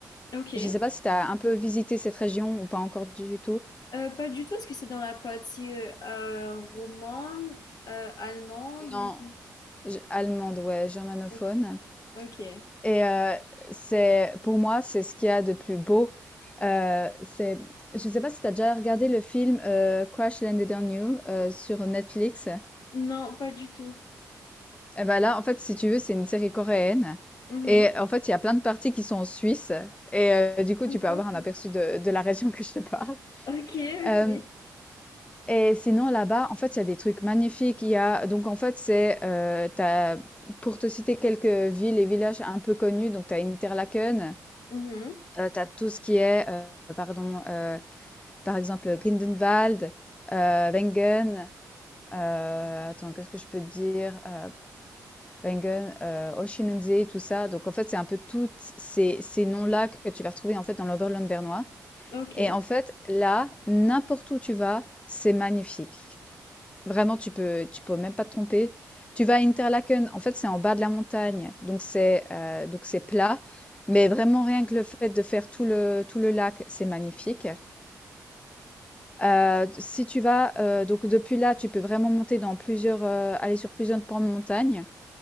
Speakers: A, on the left; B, on the left.
A: ok.
B: Je sais pas si tu as un peu visité cette région ou pas encore du tout?
A: Euh, pas du tout, est-ce que c'est dans la partie euh, euh, romane, euh, allemande
B: Non,
A: ou...
B: je allemande, ouais, germanophone
A: Ok, ok.
B: et heu, c'est pour moi, c'est ce qu'il y a de plus beau. Heu, c'est je sais pas si tu as déjà regardé le film, heu, Crash Landed on You, heu, sur Netflix?
A: Non, pas du tout.
B: Eh ben là, en fait, si tu veux, c'est une série coréenne.
A: Mhm.
B: Et en fait, il y a plein de parties qui sont en Suisse. Et euh, du coup,
A: Sympa.
B: tu peux avoir un aperçu de, de la région <laughs> que je te parle.
A: Ok,
B: Euh,
A: ok.
B: et sinon, là-bas, en fait, il y a des trucs magnifiques. Il y a, donc, en fait, c'est, euh, t'as, pour te citer quelques villes et villages un peu connus, donc, tu as Interlaken,
A: Mhm.
B: euh, tu as tout ce qui est, euh, pardon, euh, par exemple, Grindenwald, euh, Wengen, euh, attends, qu'est-ce que je peux te dire? euh, Wengen, heu, Oshinensee, tout ça, donc en fait, c'est un peu tous ces ces noms-là que tu vas retrouver, en fait, dans l'Oberland bernois
A: Ok.
B: et en fait, là, n'importe où tu vas, c'est magnifique. Vraiment, tu peux tu peux même pas te tromper. Tu vas à Interlaken, en fait, c'est en bas de la montagne, donc c'est, heu, donc c'est plat, mais vraiment rien que le fait de faire tout le tout le lac, c'est magnifique. Heu, si tu vas, heu, donc depuis là, tu peux vraiment monter dans plusieurs, heu, aller sur plusieurs pans de montagne.